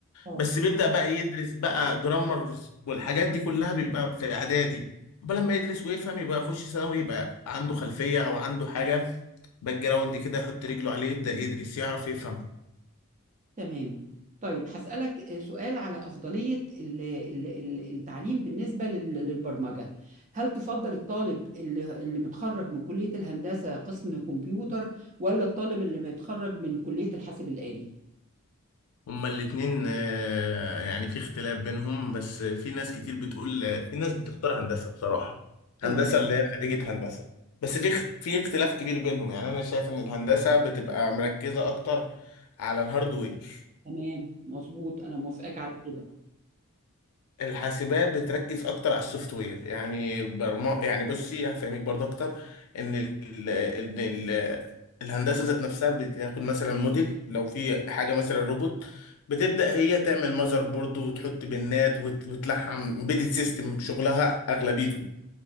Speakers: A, on the right; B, on the left.
A: اه
B: بس بيبدأ بقى يدرس بقى جرامر والحاجات دي كلها بيبقى في اعدادي قبل لما يدرس ويفهم يبقى يخش ثانوي يبقى عنده خلفيه او عنده حاجه باك جراوند كده يحط رجله عليه يبدأ يدرس يعرف يفهم
A: تمام طيب هسألك سؤال على أفضلية ال- ال- ال- التعليم بالنسبة لل- للبرمجة هل تفضل الطالب اللي اللي متخرج من كلية الهندسة قسم كمبيوتر ولا الطالب اللي متخرج من كلية الحاسب الآلي؟
B: هما الاتنين آه، يعني في اختلاف بينهم بس في ناس كتير بتقول في ناس بتختار هندسة بصراحة
A: اه
B: هندسة اللي هي خريجة هندسة بس في اخ- في اختلاف كبير بينهم يعني أنا شايف إن الهندسة بتبقى مركزة أكتر على الهاردوير
A: تمام مظبوط أنا موافقاك على كده
B: الحاسبات بتركز اكتر على السوفت وير يعني برما يعني بصي هفهمك برضه اكتر ان ال... ان ال... الهندسه ذات نفسها بتاخد مثلا موديل لو في حاجه مثلا روبوت بتبدا هي تعمل ماذر بورد وتحط بنات وت... وتلحم امبيدد سيستم شغلها اغلبيته